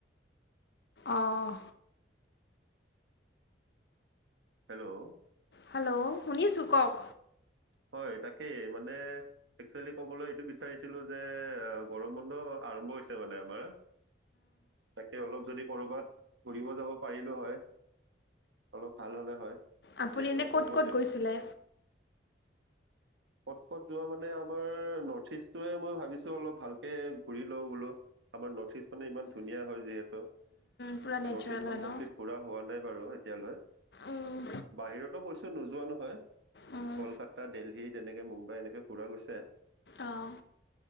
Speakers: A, on the left; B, on the right.
A: অঁ
B: হেল্ল'
A: হেল্ল' শুনিছোঁ কওক
B: হয় তাকে মানে একচুৱেলি ক'বলৈ এইটো বিচাৰিছিলোঁ যে গৰম বন্ধ আৰম্ভ হৈছে মানে আমাৰ তাকে অলপ যদি কৰ'বাত ঘুৰিব যাব পাৰিলো হয় অলপ ভাল হ'লে হয়
A: আপুনি
B: যিহেতু
A: এনেই ক'ত
B: কৰ্ম
A: ক'ত গৈছিলে
B: কট পট যোৱা মানে আমাৰ নৰ্থ ইষ্টোৱে মই ভাবিছো অলপ ভালকে ঘূৰি লওঁ বোলো আমাৰ নৰ্থ ইষ্ট মানে ইমান ধুনীয়া হয় যিহেতু
A: পূৰা নেচাৰেল
B: নৰ্থ ইষ্টখন
A: হয় ন
B: কমপ্লিট ঘুৰা হোৱা নাই বাৰু এতিয়ালৈ
A: উম,
B: বাহিৰতো গৈছো নোযোৱা নহয়
A: উম,
B: কলকাতা দেল্হি তেনেকে মুম্বাই এনেকৈ ফুৰা গৈছে
A: অঁ